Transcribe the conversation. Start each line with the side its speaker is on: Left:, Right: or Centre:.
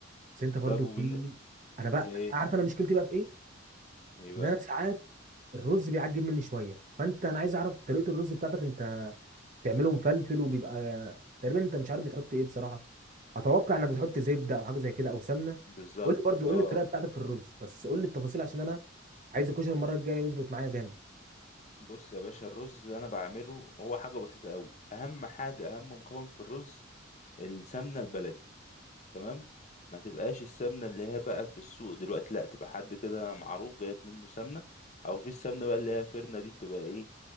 Right: بس انت برضو
Left: طب وبن
Right: في انا بقى
Left: ايه
Right: عارف انا مشكلتي بقى في ايه
Left: ايه بقى
Right: ان انا ساعات الرز بيعجب مني شويه فانت انا عايز اعرف طريقه الرز بتاعتك انت بتعمله مفلفل وبيبقى تقريبا انت مش عارف بتحط ايه بصراحه اتوقع انك بتحط زبده او حاجه زي كده او سمنه
Left: بالظبط
Right: قول لي برضو قول
Left: اه
Right: لي الطريقه بتاعتك في الرز بس قول لي التفاصيل عشان انا عايز الكشري المره الجايه يظبط معايا جامد
Left: بص يا باشا الرز انا بعمله هو حاجه بسيطه قوي اهم حاجه اهم مكون في الرز السمنة البلدي تمام ما تبقاش السمنة اللي هي بقى في السوق دلوقتي لا تبقى حد كده معروف جايب منه سمنة او في السمنة بقى اللي هي فرنة دي بتبقى ايه